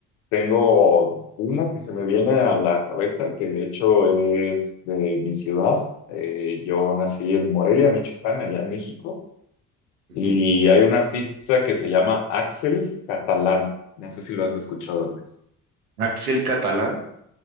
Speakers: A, on the left (about 60°); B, on the right (about 80°).
A: Tengo uno que se me viene a la cabeza, que de hecho es de mi ciudad. Eh, yo nací en Morelia, Michoacán, allá en México,
B: Ujú.
A: y hay un artista que se llama Axel Catalán. No sé si lo has escuchado antes.
B: Axel Catalán,